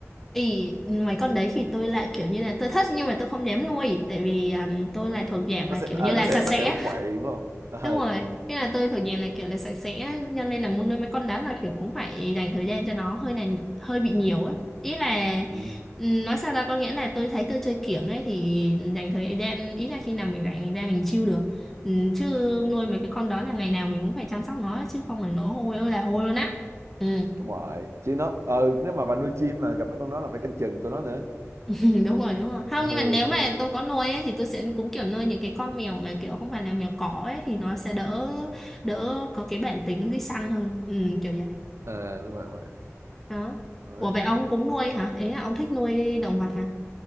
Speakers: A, in the centre; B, on the right (about 60°).
A: Ý, mấy con đấy thì tôi lại kiểu như là tôi thích nhưng mà tôi không dám nuôi tại vì um, tôi
B: Ờ,
A: lại thuộc dạng
B: nó
A: là
B: sẽ
A: kiểu
B: ờ,
A: như là
B: nó sẽ
A: sạch
B: nó
A: sẽ
B: sẽ quậy phải không Ờ,
A: đúng rồi nên là tôi thuộc dạng là kiểu là sạch sẽ cho nên là muốn nuôi mấy con đó là kiểu cũng phải dành thời gian cho nó hơi này hơi bị nhiều á ý là
B: ừ.
A: ừm, nói sao ra có nghĩa là tôi thấy tôi chơi kiểng ấy thì dành thời gian ý là khi nào mình rảnh mình ra mình chill được Ừm, chứ nuôi mấy cái con đó là ngày nào mình cũng phải chăm sóc nó chứ không là nó hôi ơi là hôi luôn á ừ
B: đúng rồi chứ nó ờ nếu mà bà nuôi chim là gặp mấy con đó là phải canh chừng tụi nó nữa
A: Ừ, đúng rồi đúng rồi không
B: ừ
A: nhưng mà nếu mà tôi có nuôi ấy, thì tôi sẽ cũng kiểu nuôi những cái con mèo mà kiểu không phải là mèo cỏ ấy thì nó sẽ đỡ đỡ có cái bản tính đi săn hơn ừ, kiểu vậy
B: ờ đúng rồi đúng rồi
A: đó
B: Đấy.
A: ủa vậy ông cũng nuôi hả ý là ông thích nuôi động vật hả